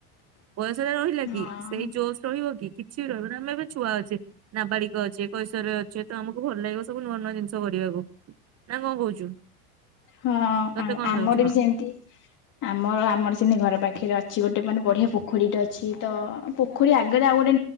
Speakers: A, on the right (about 35°); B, on the left (about 45°).
A: ବୟସଟା ରହିଲା
B: ହଁ।
A: କି ସେଇ ଜୋସ୍ ରହିବ କି‌ କିଛି ବି ରହିବ ନା ଆମେ ଏବେ ଛୁଆ ଅଛେ ନାବାଳିକ ଅଛେ କୈଶୋରରେ ଅଛେ ତ ଆମକୁ ଭଲ ଲାଗିବ ସବୁ ନୂଆ ନୂଆ ଜିନିଷ। ଚାଷ କରିବାକୁ। ନା କଣ କହୁଛୁ?
B: ହଁ
A: ତତେ
B: ଆ-ଆମର
A: କଣ ଲାଗୁଛି ହଁ
B: ବି ସେମିତି। ଆମର ଆମର ସେମିତି ଘର ପାଖରେ ଅଛି ଗୋଟେ ମାନେ ବଢିଆ ପୋଖରୀଟେ ଅଛି ତ ପୋଖରୀ ଆଗରେ ଆଉ ଗୋଟେ